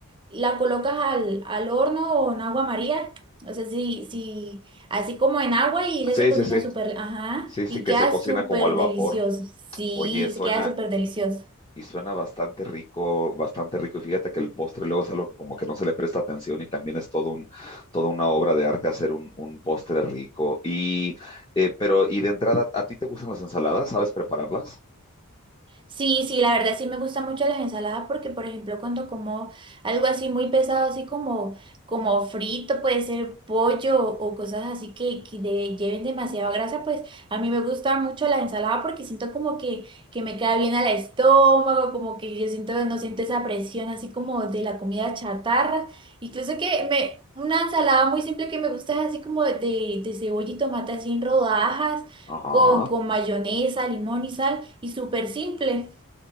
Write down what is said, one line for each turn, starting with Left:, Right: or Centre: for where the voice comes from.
Right: la colocas al, al horno o en agua María. O sea, sí, sí, así como en agua y ella
Left: Sí,
Right: se cocina
Left: sí, sí.
Right: súper, ajá,
Left: Sí, sí,
Right: y
Left: que
Right: queda
Left: se cocina
Right: súper
Left: como al vapor.
Right: delicioso. Sí,
Left: Oye, suena,
Right: se queda súper delicioso.
Left: y suena bastante rico, bastante rico. Y fíjate que el postre luego es algo que como que no se le presta atención y también es todo un, toda una obra de arte hacer un, un postre rico. Y, eh, pero, y de entrada, ¿a ti te gustan las ensaladas? ¿Sabes prepararlas?
Right: Sí, sí, la verdad sí me gustan mucho las ensaladas porque, por ejemplo, cuando como algo así muy pesado, así como, como frito, puede ser pollo o cosas así que, que de- lleven demasiada grasa, pues a mí me gusta mucho la ensalada porque siento como que, que me queda bien al estómago, como que yo siento, no siento esa presión así como de la comida chatarra. Incluso que me, una ensalada muy simple que me gusta es así como de, de cebolla y tomate así en rodajas,
Left: Ajá.
Right: con, con mayonesa, limón y sal. Y súper simple.